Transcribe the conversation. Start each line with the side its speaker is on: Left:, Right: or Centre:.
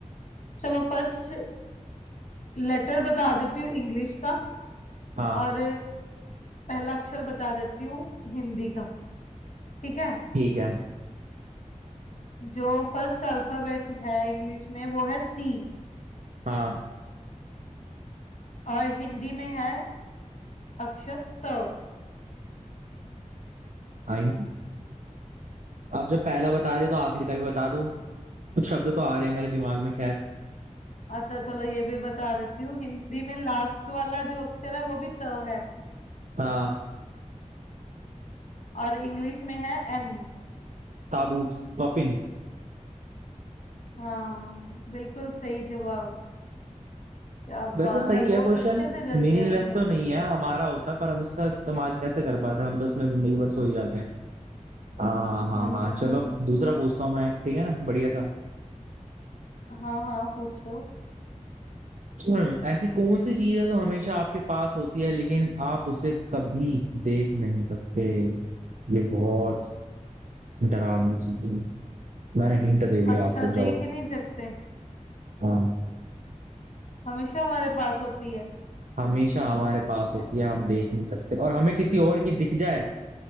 Left: चलो फर्स्ट लेटर बता देती हूँ इंग्लिश का
Right: हाँ
Left: और पहला अक्षर बता देती हूँ हिंदी का ठीक है
Right: ठीक है
Left: जो फर्स्ट अल्फाबेट है इंग्लिश में वो है सी
Right: हाँ
Left: और हिंदी में है अक्षर त
Right: आई अब जब पहला बता दिया तो आखिर का भी बता दो कुछ शब्द तो आ रहे हैं मेरे दिमाग में खैर
Left: अच्छा चलो ये भी बता देती हूँ हिंदी में लास्ट वाला जो अक्षर है वो भी त है
Right: हाँ
Left: और इंग्लिश में है एन
Right: ताबूत कफिन
Left: हाँ बिल्कुल सही जवाब क्या
Right: वैसे
Left: बात
Right: सही
Left: है
Right: है
Left: बहुत
Right: क्वेश्चन
Left: अच्छे से जज
Right: मीनिंगलेस
Left: किया तुमने
Right: तो नहीं है हमारा होता पर हम इसका इस्तेमाल कैसे कर पाते हैं, हम तो उसमें जिंदगी भर सो ही जाते हैं हाँ
Left: हम्म
Right: हाँ हाँ
Left: हम्म
Right: चलो
Left: हम्म
Right: दूसरा पूछता हूँ मैं एक, ठीक है ना बढ़िया सा
Left: हाँ हाँ पूछो
Right: <clears throat> हम्म, ऐसी कौन सी चीज है जो हमेशा आपके पास होती है लेकिन आप उसे कभी देख नहीं सकते ये बहुत डरावनी चीज है मैंने हिंट दे दिया
Left: अच्छा
Right: आपको
Left: देख
Right: जाओ
Left: ही नहीं सकते
Right: हाँ
Left: हमेशा हमारे पास होती है
Right: हमेशा हमारे पास
Left: किसी
Right: होती है हम देख नहीं सकते और हमें किसी और की दिख जाए